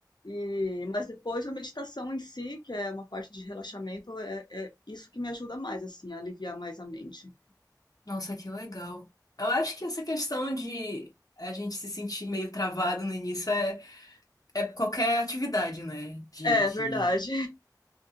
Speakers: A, on the left; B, on the left.
A: E, mas depois a meditação em si, que é uma parte de relaxamento, é, é isso que me ajuda mais, assim, a aliviar mais a mente.
B: Nossa, que legal. Eu acho que essa questão de a gente se sentir meio travado no início é, é qualquer atividade, né? De,
A: É
B: de...
A: verdade.